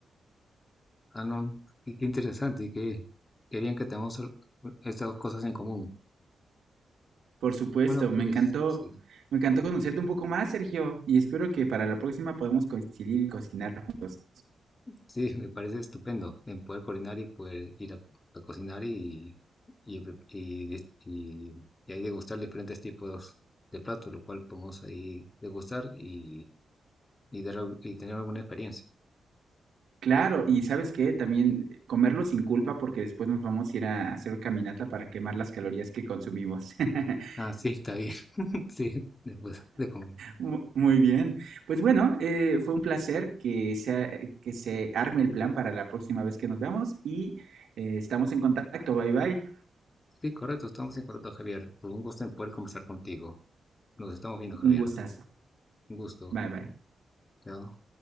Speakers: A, on the left (about 25°); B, on the right (about 80°).
A: Ah, no, y qué interesante y qué, qué bien que tenemos al- estas cosas en común.
B: Por supuesto,
A: Bueno, pues,
B: me encantó,
A: sí.
B: me encantó conocerte un poco más, Sergio, y espero que para la próxima podamos coincidir y cocinar juntos.
A: Sí, me parece estupendo en poder coordinar y poder ir a, a cocinar y, y, y, dis- y- y ahí degustar diferentes tipos de platos, lo cual podemos ahí degustar y, y, dar al- y tener alguna experiencia.
B: Claro, y ¿sabes qué? También eh, comerlo sin culpa porque después nos vamos a ir a hacer caminata para quemar las calorías que consumimos. <laughs>
A: Ah, sí, está bien. <laughs> Sí, después de comer.
B: Mu- Muy bien. Pues bueno, eh, fue un placer que sea, que se arme el plan para la próxima vez que nos veamos y eh, estamos en contacto. Bye bye.
A: Sí, correcto, estamos en correcto, Javier. Pues un gusto en poder conversar contigo. Nos estamos viendo, Javier.
B: Un gustazo.
A: Un gusto.
B: Bye bye.
A: Chao.